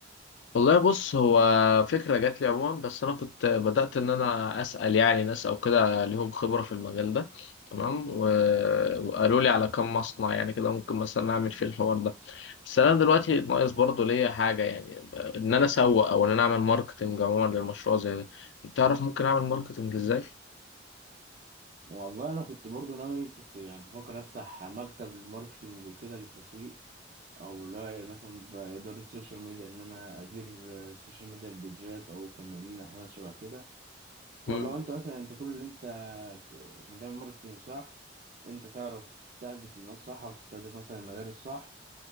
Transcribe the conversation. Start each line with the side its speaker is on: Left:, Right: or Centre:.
Left: والله بص هو فكرة جات لي عموما بس أنا كنت بدأت إن أنا أسأل يعني ناس أو كده ليهم خبرة في المجال ده تمام و... وقالوا لي على كم مصنع يعني كده ممكن مثلا أعمل فيه الحوار ده بس أنا دلوقتي ناقص برضه ليا حاجة يعني إن أنا أسوق أو إن أنا أعمل ماركتينج عموما للمشروع زي ده تعرف ممكن أعمل ماركتينج إزاي؟
Right: والله انا كنت برضو ناوي كنت يعني بفكر افتح مكتب ماركتينج وكده للتسويق او لا مثلا باداره السوشيال ميديا ان انا ادير السوشيال ميديا البيجات او فنانين او حاجات شبه كده فلو
Left: مم.
Right: انت مثلا انت كل اللي انت عشان تعمل ماركتينج صح انت تعرف تستهدف الناس صح او تستهدف مثلا المدارس صح